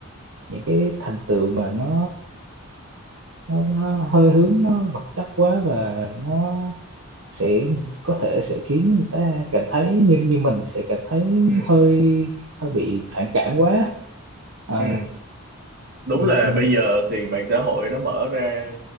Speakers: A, on the right; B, on the right.
A: những cái thành tựu mà nó nó, nó hơi hướng nó vật chất quá và nó sẽ có thể sẽ khiến người ta cảm thấy như như mình sẽ cảm thấy
B: Ừ,
A: hơi hơi bị phản cảm quá à,
B: ừ. đúng
A: ừm,
B: là bây giờ thì mạng xã hội nó mở ra